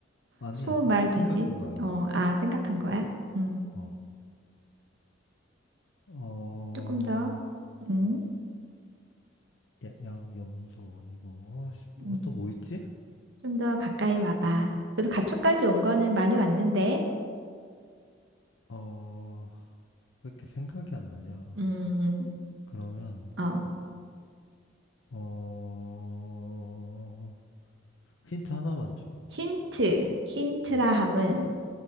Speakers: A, on the left; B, on the right.
A: 아니,
B: 소,
A: 아니.
B: 말, 돼지?
A: 생각한 거야.
B: 어, 아, 생각한 거야? 음,
A: 어. 어,
B: 조금 더. 음,
A: 야- 양, 염소 아니고. 아, 씨, 뭐,
B: 음.
A: 아, 또뭐 있지?
B: 좀 더 가까이 와봐. 그래도 가축까지 온 거는 많이 왔는데,
A: 어, 왜 이렇게 생각이 안 나냐?
B: 음,
A: 그러면,
B: 어,
A: 어, 힌트 하나만 줘.
B: 힌트, 힌트라
A: 음.
B: 함은,